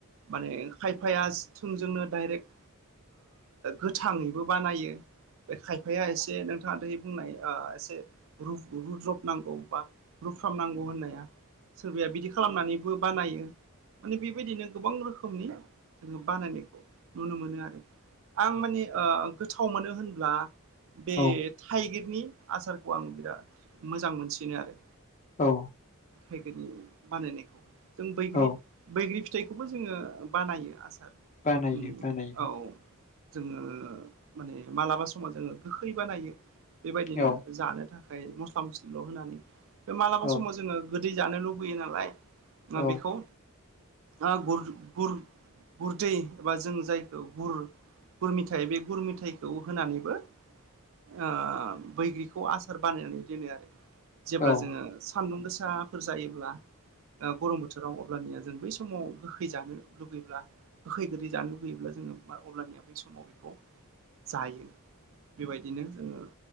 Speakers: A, on the right (about 65°); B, on the left (about 35°).
A: माने खायफाया थोंजोंनो डाइरेक्ट गोथाङैबो बानायो बे खायफाया एसे नोंथाङा दि बुंनाय एसे र रुद्रब नांगौ बा रुफ्रामनांगौ होननाया सोरबाया बिदि खालामनानैबो बानायो माने बेबायदिनो गोबां रोखोमनि जोङो बानायनायखौ नुनो मोनो आरो आं माने गोथाव मोनो होनब्ला बे
B: औ
A: थाइगिरनि आसारखौ आं बिराद मोजां मोनसिनो आरो
B: औ
A: थाइगिरनि बानायनायखौ जों बैग्रि
B: औ
A: बैग्रि फिथाइखौबो जोङो बानायो आसार
B: बानायो
A: उम
B: बानायो
A: औ जोङो माने मालाबा समाव जोङो गोखै बानायो बेबायदिनो
B: औ
A: जानो था ओमफ्राय मस्ला मस्लिल' होनानै बे मालाबा
B: औ
A: समाव जोङो गोदै जानो लुबैयो नालाय ओ
B: औ
A: बेखौ ओ गुर गुर गुरदै एबा जों जायखौ गुर गुर मिथाइ बे गुर मिथाइखौ होनानैबो ओ बैग्रिखौ आसार बानायनानै दोनो आरो जेब्ला
B: औ
A: जोङो सान्दुं गोसाफोर जायोब्ला गरम बोथोराव अब्लानिया जों बै समाव गोखै जानो लुुबैब्ला गोखै गोदै जानो लुुबैयोब्ला जोङो अब्लानिया बै समाव बेखौ जायो बेबायदिनो जोङो